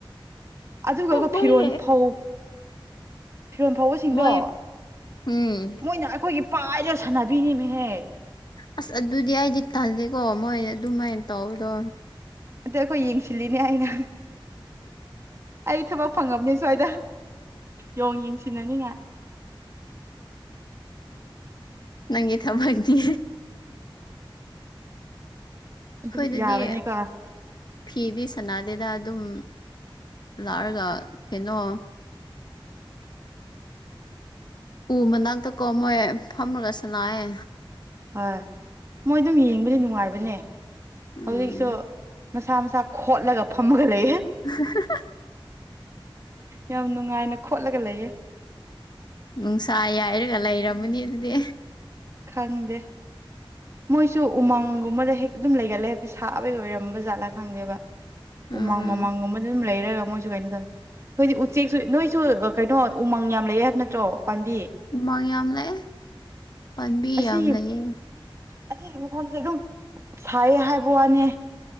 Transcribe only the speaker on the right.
ꯑꯗꯨꯒꯀꯣ
ꯐꯤꯔꯣꯟ ꯐꯧ ꯐꯤꯔꯣꯟ ꯐꯧꯕꯁꯤꯡꯗꯣ
ꯃꯣꯏꯅ ꯑꯩꯈꯣꯏꯒꯤ ꯄꯥꯏꯔ ꯁꯥꯟꯅꯕꯤꯅꯤꯃꯦꯍꯦ
ꯅꯠꯇꯦ ꯑꯩꯈꯣꯏ ꯌꯦꯡꯁꯤꯜꯂꯤꯅꯦ ꯑꯩꯅ ꯑꯩ ꯊꯕꯛ ꯐꯪꯉꯕꯅꯦ ꯁ꯭ꯋꯥꯏꯗ ꯌꯣꯡ ꯌꯦꯡꯁꯤꯟꯅꯅꯤ ꯉꯥꯏ
ꯑꯗꯨꯝ
ꯌꯥꯕꯅꯦꯀꯣ
ꯍꯣꯏ ꯃꯣꯏ ꯑꯗꯨꯝ ꯌꯦꯡꯕꯗꯤ ꯅꯨꯡꯉꯥꯏꯕꯅꯦ
ꯍꯧꯖꯤꯛꯁꯨ ꯃꯁꯥ ꯃꯁꯥ ꯈꯣꯠꯂꯒ ꯐꯝꯃꯒ ꯂꯩꯌꯦ
ꯌꯥꯝ ꯅꯨꯡꯉꯥꯏꯅ ꯈꯣꯠꯂꯒ ꯂꯩꯌꯦ
ꯈꯪꯗꯦ ꯃꯣꯏꯁꯨ ꯎꯃꯪꯒꯨꯝꯕꯗ ꯍꯦꯛ ꯑꯗꯨꯝ ꯂꯩꯒꯜꯂꯦ ꯍꯥꯢꯕꯗꯤ ꯁꯥꯕꯒꯤ ꯑꯣꯏꯔꯝꯕ ꯖꯥꯠꯂꯥ ꯈꯪꯗꯦꯕ
ꯎꯃꯪ ꯋꯥꯃꯥꯡꯒꯨꯝꯕ ꯑꯗꯨꯝ ꯂꯩꯔꯒ ꯃꯣꯏ ꯁꯨ ꯀꯥꯏꯅꯣ ꯇꯧꯋꯦ ꯑꯩꯈꯣꯏꯗꯤ ꯎꯆꯦꯛꯁꯨ ꯅꯣꯏꯁꯨ ꯀꯩꯅꯣ ꯎꯃꯪ ꯌꯥꯝ ꯂꯩꯌꯦ ꯍꯥꯏꯕ ꯅꯠꯇ꯭ꯔꯣ ꯄꯥꯟꯕꯤ
ꯑꯁꯤ
ꯑꯁꯤꯒꯤ ꯃꯐꯝꯁꯦ ꯑꯗꯨꯝ ꯁꯥꯏꯌꯦ ꯍꯥꯏꯕ ꯋꯥꯅꯦ